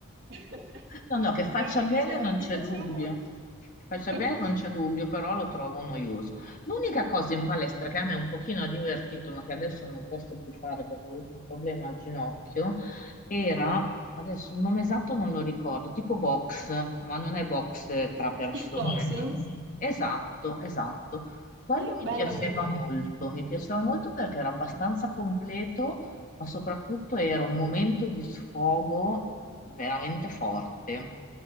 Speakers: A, on the right; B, on the left.
A: <laughs>
B: No, no, che faccia
A: però mi
B: bene
A: piaceva,
B: non c'è
A: mi piaceva
B: dubbio.
A: molto.
B: Faccia
A: <laughs>
B: bene non c'è dubbio, però lo trovo noioso. L'unica cosa in palestra che a me un pochino ha divertito, ma che adesso non posso più fare perché ho avuto un problema al ginocchio, era, adesso il nome esatto non lo ricordo, tipo box, ma non è box tra persone.
A: Kickboxing?
B: Esatto, esatto. Quello
A: Sì,
B: mi
A: bella
B: piaceva
A: quella.
B: molto, mi piaceva molto perché era abbastanza completo ma soprattutto era un momento di sfogo veramente forte.